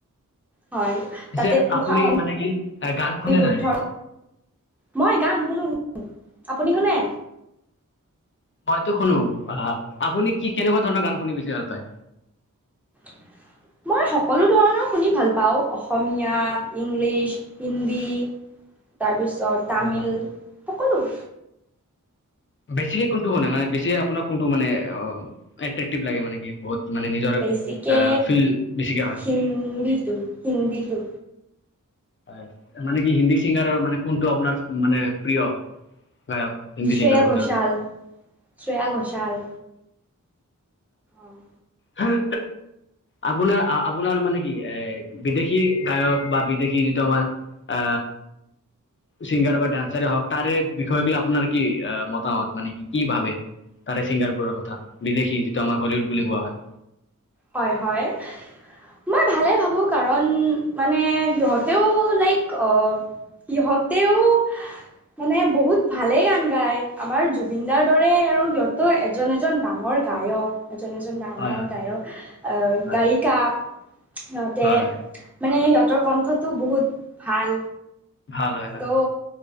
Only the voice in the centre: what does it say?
হয়
তাতে উষা
অনিৰুদ্ধ
মই গান শুনো শুনো আপুনি শুনে?
<unintelligible> মই সকলো ধৰণৰ শুনি ভাল পাওঁ অসমীয়া, ইংলিছ, হিন্দী। তাৰপিছত তামিল
সকলো।
বেছিকে
হিন্দীটো হিন্দীটো।
শ্ৰেয়া
ঘোষাল
শ্ৰেয়া ঘোষাল আহ
হয় হয় মই ভালে ভাবো কাৰণ মানে সিহঁতেও লাইক অ সিহঁতেও মানে বহুত ভালে গান গাই আমাৰ জুবিনদাৰ দৰে আৰু সিহঁতো এজন এজন ডাঙৰ গায়ক এজন এজন ডাঙৰ
গায়ক অহ
গায়িকা সিহতে
মান নে সিহঁতৰ কণ্ঠটো বহুত ভাল
ত'